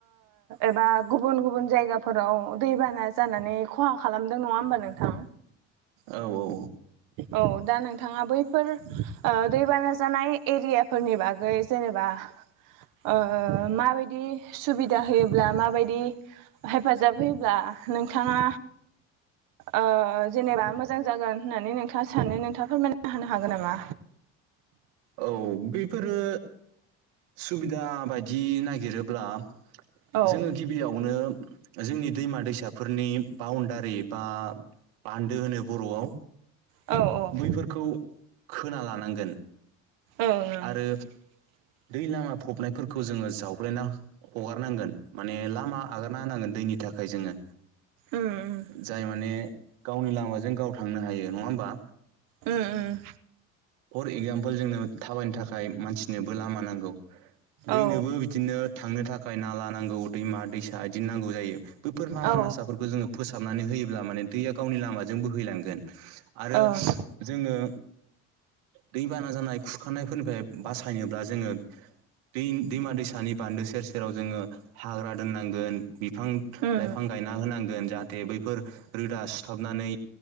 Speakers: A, on the right; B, on the right.
A: एबा गुबुन गुबुन जायगाफोराव दैबाना जानानै खहा खालामदों नङा होमबा नोंथां
B: औ औ।
A: औ दा नोंथाङा बैफोर ओ दैबाना जानाय एरिया फोरनि बागै जेनेबा ओ माबायदि सुबिदा होयो ब्ला माबायदि हेफाजाब होयोब्ला नोंथाङा ओ जेनेबा मोजां जागोन होननानै नोंथाङा सानो नोंथाङा फोरमायना होनो हागोन नामा।
B: औ बेफोरो सुबिदा बायदि नागिरोब्ला
A: औ
B: जोङो गिबियावनो जोंनि दैमा दैसाफोरनि बाउण्डारि बा बान्दो होनो बर'आव
A: औ ओं
B: बैफोरखौ खोना लानांगोन।
A: ओं
B: आरो
A: <inaudible>
B: दै लामा फबनायफोरखौ जोङो जावबलायना हगारनांगोन माने लामा आगारना होनांगोन दैनि था। थाखाय जोङो।
A: उम
B: जाय माने गावनि लामाजों गाव थांनो हायो नङा होमबा।
A: उम उम
B: फर एगजामपोल जोंनो थाबायनो थाखाय मानसिनोबो लामा नांगौ। दैनोबो
A: औ
B: बिदिनो थांनो थाखाय नाला नांगौ दैमा दैसा बिदिनो नांगौ जायो। बैफोर नाला
A: औ
B: नासाफोरखौ जोङो फोसाबनानै होयोब्ला माने दैया गावनि लामाजों बोहैलांगोन आरो
A: ओं
B: जोङो। दैबाना जानाय खुरखानायफोरनिफ्राय बासायनोब्ला जोङो। दै दैमा दैसानि बान्दो सेर सेर जेराव जोङो हाग्रा दोननांगोन बिफां
A: उम
B: लाइफां गायना होनांगोन जाहाथे बैफोर रोदा सुथाबनानै